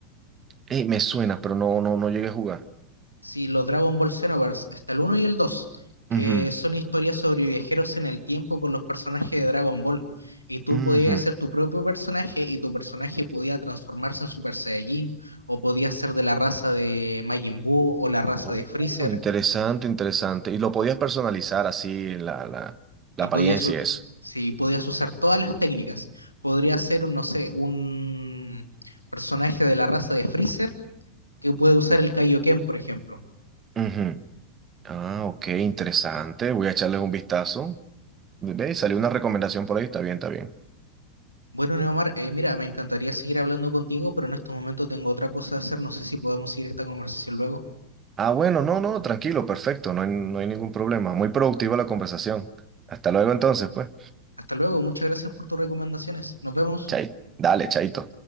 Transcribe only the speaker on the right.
Ey, me suena, pero no, no, no llegué a jugar.
Ujú,
ujú.
Oh,
interesante, interesante. Y lo podías personalizar así, la, la, la
apariencia
y eso.
Ujú. Ah, ok, interesante. Voy a echarles un vistazo. Ve, salió una recomendación por ahí, está bien, está bien.
Ah, bueno, no, no, tranquilo, perfecto, no hay, no hay ningún problema. Muy productiva la conversación. Hasta luego entonces, pues.
Chay, dale, chaito.